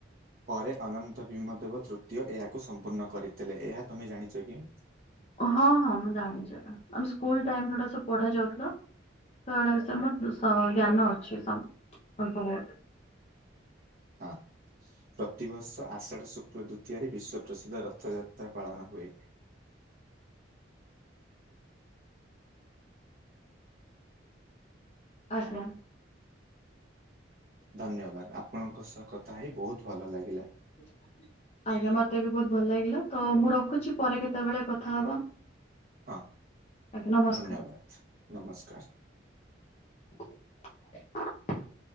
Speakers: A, on the right; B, on the left.
A: ପରେ ଅନନ୍ତ ଭୀମ ଦେବ ତୃତୀୟ ଏହାକୁ ସମ୍ପୂର୍ଣ୍ଣ କରିଥିଲେ ଏହା ତମେ ଜାଣିଛ କି?
B: ହଁ ହଁ ମୁଁ ଜାଣିଛି ଏଇଟା ଆମ ସ୍କୁଲ ଟାଇମରେ ଏଇ ଗୁଡା ସବୁ ପଢା ଯାଉଥିଲା। ତ ଏଇଡା ବିଷୟରେ ମୋ ଜ୍ଞାନ ଅଛି ସ ଅଳ୍ପ ବହୁତ।
A: ହଁ। ପ୍ରତିବର୍ଷ ଆଷାଢ଼ ଶୁକ୍ଲ ଦ୍ଵିତୀୟରେ ବିଶ୍ଵ ପ୍ରସିଦ୍ଧ ରଥଯାତ୍ରା ପାଳନ ହୁଏ।
B: ଆଜ୍ଞା।
A: ଧନ୍ୟବାଦ ଆପଣଙ୍କ ସହ କଥା ହେଇ ବହୁତ ଭଲ ଲାଗିଲା।
B: <unintelligible> ଆଜ୍ଞା ମତେ ବି ବହୁତ ଭଲ ଲାଗିଲା ତ ମୁଁ ରଖୁଛି ପରେ କେତେବେଳେ କଥା ହବା।
A: ହଁ
B: ଆଜ୍ଞା ନମସ୍କାର।
A: ଧନ୍ୟବାଦ ନମସ୍କାର।
B: <unintelligible>